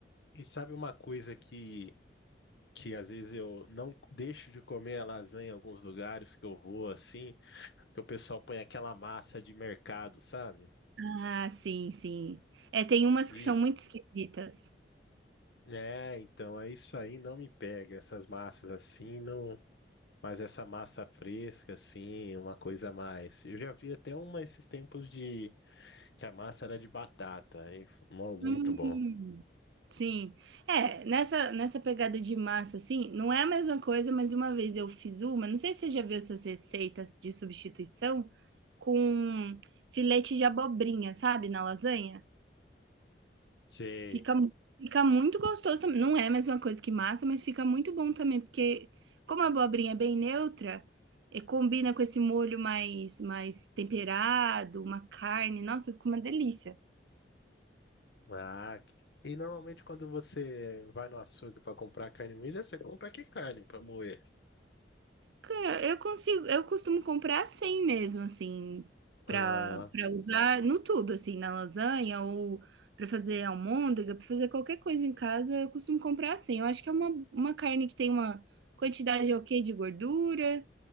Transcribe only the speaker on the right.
Ah, sim, sim. É, tem umas
que são muito esquisitas.
Hum,
sim. É, nessa nessa pegada de massa, assim, não é a mesma coisa, mas uma vez eu fiz uma, não sei se você já viu essas receitas de substituição, com filete de abobrinha, sabe, na lasanha?
Fica mu- fica muito gostoso também. Não é a mesma coisa que massa, mas fica muito bom também, porque como a abobrinha é bem neutra, eh, combina com esse molho mais mais temperado, uma carne, nossa, fica uma delícia.
Cara, eu consigo eu costumo comprar assim mesmo, assim,
para para usar no tudo, assim, na lasanha ou para fazer almôndega, para fazer qualquer coisa em casa, eu costumo comprar assim. Eu acho que é uma uma carne que tem uma quantidade ok de gordura.